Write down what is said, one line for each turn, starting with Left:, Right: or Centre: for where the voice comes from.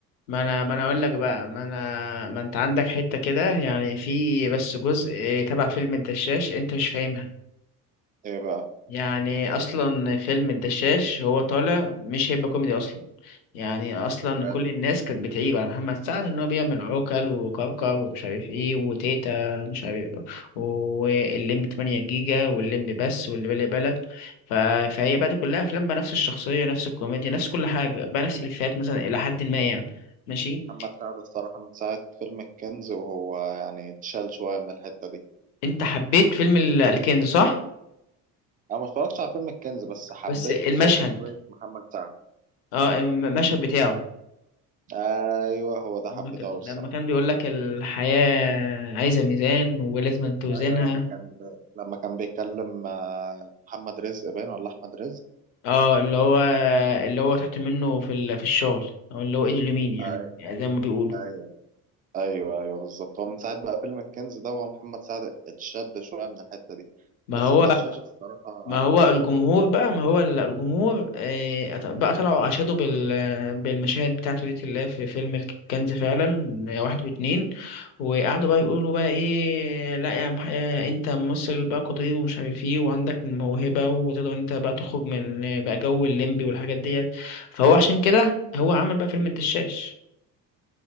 Left: ما انا ما انا اقول لك بقى ما انا ما انت عندك حتة كده يعني في بس جزء تبع فيلم الدشاش انت مش فاهمها
Right: ايه بقى
Left: يعني اصلا فيلم الدشاش هو طالع مش هيبقى كوميدي اصلا يعني اصلا
Right: بجد
Left: كل الناس كانت بتعيب على محمد سعد ان هو بيعمل عوكل وكركر ومش عارف ايه وتيتا مش عارف واللم 8 جيجا واللم بس واللي بالي بالك ف... فهي بقى دي كلها افلام بقى نفس الشخصيه نفس الكوميديا نفس كل حاجه بقى نفس الافيهات مثلا
Right: هم
Left: الى حد ما يعني ماشي
Right: محمد سعد الصراحة من ساعة فيلم الكنز وهو يعني اتشال شوية من الحتة دي
Left: انت حبيت فيلم ال- الكنز صح
Right: انا ما اتفرجتش على فيلم الكنز بس حبيت
Left: بس المشهد
Right: شخصية محمد سعد
Left: اه الم- المشهد بتاعه
Right: ايوه هو ده
Left: لما
Right: حبيته
Left: ك- لما
Right: قوي الصراحة
Left: كان بيقول لك الحياة عايزة ميزان ولازم توزنها
Right: ايوه لما كان ب... لما كان بيكلم آه، محمد رزق باين ولا احمد رزق
Left: اه اللي هو اللي هو تحت منه في ال... في الشغل او اللي هو ايده اليمين يعني
Right: أي-
Left: يعني زي ما بيقولوا
Right: ايوه ايوه ايوه بالظبط هو من ساعة بقى فيلم الكنز ده وهو محمد سعد اتشد شوية من الحتة دي
Left: ما
Right: بس
Left: هو
Right: الدشاشة الصراحة
Left: ما هو الجمهور بقى ما هو ال- الجمهور آه، أت- بقى طلعوا عشادوا بال بالمشاهد بتاعته دي اللي هي في فيلم الكنز فعلا آه، واحد واتنين وقعدوا بقى يقولوا بقى ايه لا يا عم آه، انت ممثل بقى قدير ومش عارف ايه وعندك موهبة وتقدر انت بقى تخرج من آه، بقى جو الليمبي والحاجات ديت فهو عشان كده هو عمل بقى فيلم الدشاش